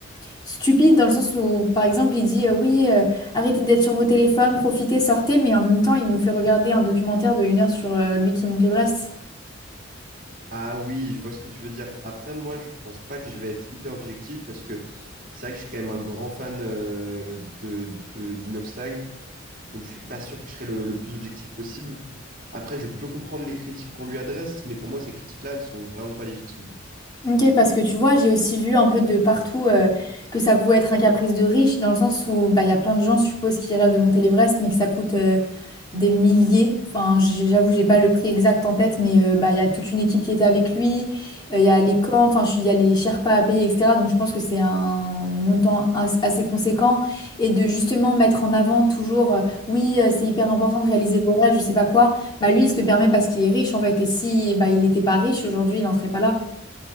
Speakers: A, on the left (about 20°); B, on the right (about 45°).
A: stupide dans le sens où, par exemple, il dit euh, oui, euh, arrêtez d'être sur vos téléphones, profitez, sortez, mais en même temps, il nous fait regarder un documentaire de une heure sur euh, lui qui monte l'Everest.
B: Ah oui, je vois ce que tu veux dire. Après, moi, je pense pas que je vais être hyper objectif parce que c'est vrai que je suis quand même un grand fan euh, de, de, d'Inoxtag, donc je suis pas sûr que je serai le, le plus objectif possible. Après, je peux comprendre les critiques qu'on lui adresse, mais pour moi, ces critiques-là, elles sont vraiment pas légitimes.
A: Ok, parce que tu vois, j'ai aussi vu un peu de partout euh, que ça pouvait être un caprice de riche, dans le sens où bah, il y a plein de gens, je suppose, qui rêvent de monter l'Everest, mais que ça coûte euh, des milliers. Enfin, j- j'avoue, j'ai pas le prix exact en tête, mais euh, bah, il y a toute une équipe qui était avec lui, euh, il y a les camps, enfin, je suis- il y a les Sherpas à payer, etc. Donc, je pense que c'est un montant as- assez conséquent. Et de justement mettre en avant toujours, euh, oui, euh, c'est hyper important de réaliser vos rêves, je sais pas quoi, bah, lui, il se le permet parce qu'il est riche, en fait. Et si bah, il n'était pas riche, aujourd'hui, il n'en serait pas là.